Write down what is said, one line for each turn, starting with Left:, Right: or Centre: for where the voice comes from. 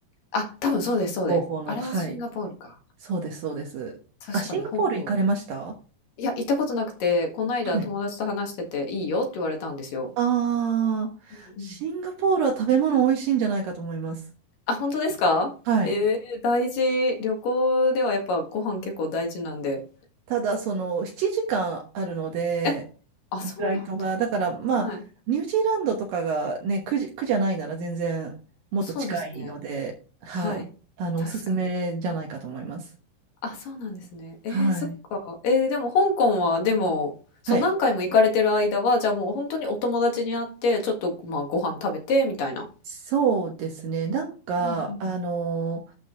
Left: あ、多分そうです、そうです。
Right: 合法の。
Left: あれはシンガポールか。
Right: はい。そうです、そうです。
Left: 確かに香港。
Right: あ、シンガポール行かれました
Left: いや、行ったことなくて、この間友達と話してて、
Right: はい。
Left: いいよって言われたんですよ。
Right: ああ、
Left: うんうん。
Right: シンガポールは食べ物美味しいんじゃないかと思います。
Left: あ、本当ですかえー、
Right: はい。
Left: 大事。旅行ではやっぱご飯結構大事なんで。
Right: ただ、その、7時間あるので、
Left: え、あ、
Right: フライトが、
Left: そうなんだ。
Right: だからまあ、
Left: はい。
Right: ニュージーランドとかがね、苦じ、苦じゃないなら全然もっと近いので、
Left: そうですね。
Right: はい。
Left: はい。
Right: あの、
Left: 確かに。
Right: おすすめじゃないかと思います。
Left: あ、そうなんですね。えー、
Right: はい。
Left: そっか。えー、でも香港は、でも、そう、
Right: はい。
Left: 何回も行かれてる間は、じゃあもう本当にお友達に会って、ちょっと、まあ、ご飯食べて、みたいな。
Right: そうですね。なんか、
Left: うんうん。
Right: あのー